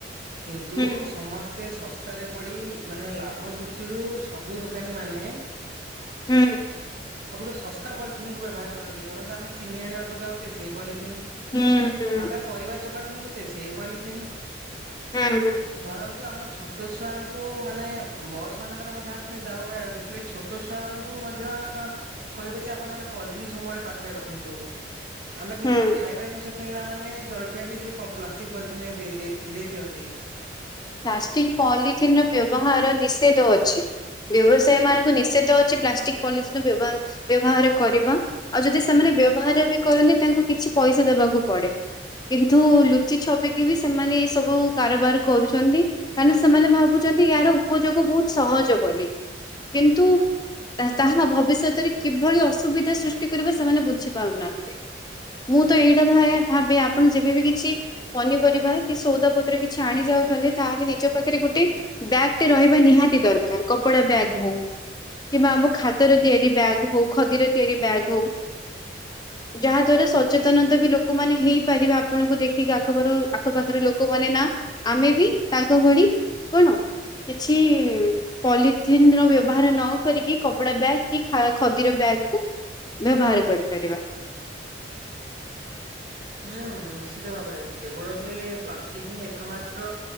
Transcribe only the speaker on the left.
ହୁଁ ହୁଁ
ହୁଁ।
ହୁଁ ହୁଁ ହୁଁ
ହୁଁ ହୁଁ ହୁଁ
ହୁଁ
ପ୍ଲାଷ୍ଟିକ୍ ପଲିଥିନ୍ ର ବ୍ୟବହାର ନିଷେଦ ଅଛି। ବ୍ୟବସାୟୀ ମାନଙ୍କୁ ନିଷେଧ ଅଛି ପ୍ଲାଷ୍ଟିକ ପଲିିଥିନ ବ୍ୟବ ବ୍ୟବହାର କରିବା ଆଉ ଯଦି ସେମାନେ ବ୍ୟବହାର ବି କରନ୍ତି ତାଙ୍କୁ କିଛି ପଇସା ଦବାକୁ ପଡେ କିନ୍ତୁ ଲୁଚି ଛପିକି ବି ସେମାନେ ଏ ସବୁ କାରବାର କରୁଛ ଚନ୍ତି କାରଣ ସେମାନେ ଭାବୁଚନ୍ତି ୟାର ଉପଯୋଗ ବହୁତ ସହଜ ବୋଲି, କିନ୍ତୁ ତା ତାହା ଭବିଷ୍ୟତରେ କିଭଳି ଅସୁବିଧା ସୃଷ୍ଟି କରିବ ସେମାନେ ବୁଝିପାରୁନାହାନ୍ତି। ମୁଁ ତ ଏଇଟା ଭାବି ଆପଣ ଯେବେ ବିି କିଛି ପନିପରିବା କି ସଉଦା ପତ୍ର କିଛି ଆଣି ଯାଉ ଚନ୍ତି, ତାହେଲେ ନିଜ ପାଖରେ ଗୋଟେ ବ୍ୟାଗ ଟେ ରହିବା ନିହାତି ଦରକାର, କପଡା ବ୍ୟାଗ ହଉ କିମ୍ବା ଆମ ହାତାର ତିଆରି ବ୍ୟାଗ ହଉ, ଖଦିରେ ତିଆରି ବ୍ୟାଗ ହଉ, ଯାହା ଦ୍ଵାରା ସଚେତନତା ବି ଲୋକମାନେ ହେଇପାରିବେ ଆପଣଙ୍କୁ ଦେଖିକି ଆଖ ପର ଆଖପାଖରେ ଲୋକମାନେ ନା ଆମେ ବି ତାଙ୍କ ଭଳି କଣ କିଛି ପଲିଥିିନ ର ବ୍ୟବହାର ନ କରିକି କପଡା ବ୍ୟାଗ କି ଖା ଖଦିର ବ୍ୟାଗ କୁ ବ୍ୟବହାର କରିପାରିବା।